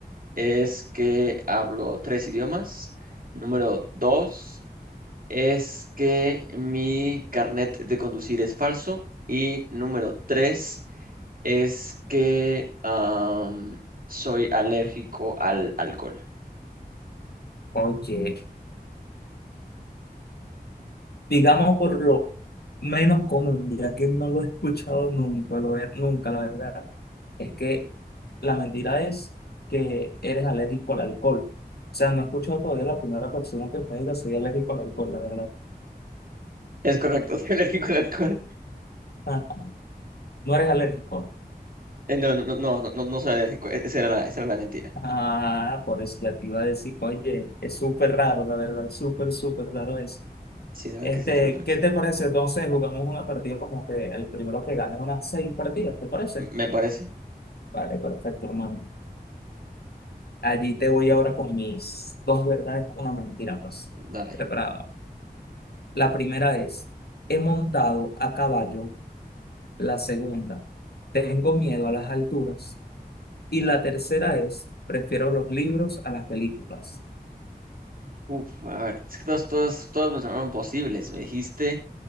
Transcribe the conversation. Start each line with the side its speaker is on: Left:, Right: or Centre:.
Right: es que hablo tres idiomas. Número dos es que mi carnet de conducir es falso. Y número tres es que am, soy alérgico al alcohol.
Left: Oye. digamos por lo menos común, ya que no lo he escuchado nunca, lo ve- nunca, la verdad, es que la mentira es que eres alérgico al alcohol. O sea, no he escuchado todavía la primera persona que me diga soy alérgico al alcohol, la verdad.
Right: Es correcto, <laughs> soy alérgico al alcohol.
Left: Ah, no eres alérgico.
Right: Eh, no, no, no, no, no, no soy alérgico. E- Esa era la, esa era la mentira.
Left: Ah, por eso ya te iba a decir, oye, es súper raro, la verdad, es súper, súper raro eso.
Right: Sí, dale
Left: Este,
Right: que es alérgico al alcohol,
Left: ¿qué
Right: sí.
Left: te parece? Entonces, jugamos una partida como que el primero que gane unas seis partidas, ¿te parece?
Right: Me parece.
Left: Vale, perfecto, hermano. Allí te voy ahora con mis dos verdades, una mentira, pues.
Right: Dale.
Left: Preparado. La primera es, he montado a caballo. La segunda, tengo miedo a las alturas. Y la tercera es, prefiero los libros a las películas.
Right: Uf, a ver, es que todos, todos, todos me sonaron posibles. Me dijiste,